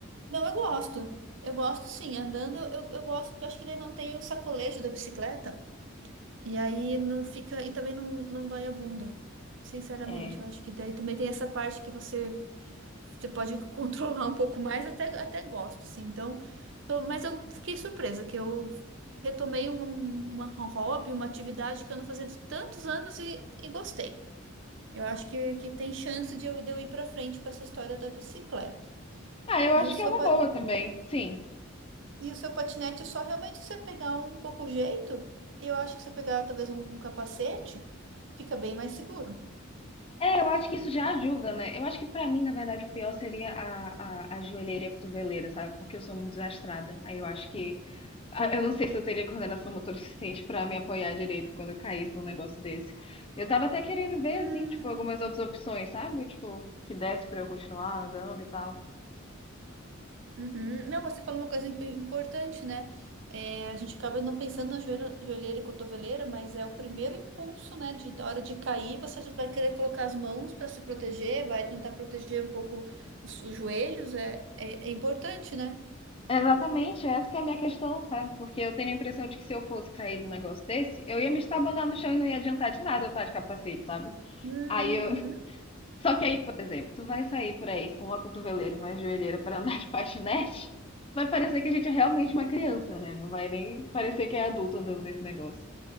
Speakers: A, on the right; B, on the left.
A: Não, eu gosto. Eu gosto sim. Andando eu, eu eu gosto, porque eu acho que daí não tem o sacolejo da bicicleta. E aí não fica. E também não, não dói a bunda. Sinceramente,
B: É.
A: eu acho que daí também tem essa parte que você, você pode <laughs> controlar um pouco mais, até, até gosto, sim. Então, tô- mas eu fiquei surpresa que eu retomei uma, uma hobby, uma atividade que eu não fazia de tantos anos e, e gostei. Eu acho que, que tem chance de eu, de eu ir para frente com essa história da bicicleta.
B: Ah, eu
A: E
B: acho
A: o seu.
B: que é uma boa também, sim.
A: E o seu patinete é só realmente você pegar um pouco o jeito. Eu acho que você pegar talvez um, um capacete, fica bem mais seguro.
B: É, eu acho que isso já ajuda, né? Eu acho que pra mim, na verdade, o pior seria a, a, a joelheira e a cotoveleira, sabe? Porque eu sou muito desastrada. Aí eu acho que Ah, Eu não sei se eu teria coordenação motora suficiente pra me apoiar direito quando eu caísse num negócio desse. Eu tava até querendo ver,
A: Hum,
B: assim, tipo, algumas outras opções, sabe? Tipo, que desse pra eu continuar andando e tal.
A: uhum. Não, você falou uma coisa imp- importante, né? É, a gente acaba não pensando na joelheira, joelheira e cotoveleira, mas é o primeiro impulso, né? De, na hora de cair, você já vai querer colocar as mãos para se proteger, vai tentar proteger um pouco os, os joelhos. É, é, é importante, né?
B: É Exatamente, essa que é a minha questão, sabe? Porque eu tenho a impressão de que se eu fosse cair num negócio desse, eu ia me estabanar no chão e não ia adiantar de nada eu estar de capacete, sabe?
A: Hum,
B: Aí eu. <laughs> Só que aí, por exemplo, tu vai sair por aí com uma cotoveleira e uma joelheira pra andar de patinete, vai parecer que a gente é realmente uma criança, né? Não vai nem parecer que é adulto andando nesse negócio.